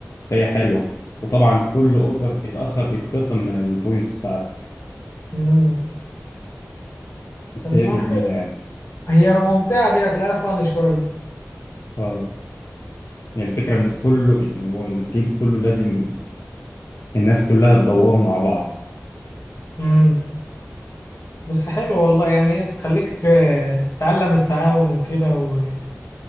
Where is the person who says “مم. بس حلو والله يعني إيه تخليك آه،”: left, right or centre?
Left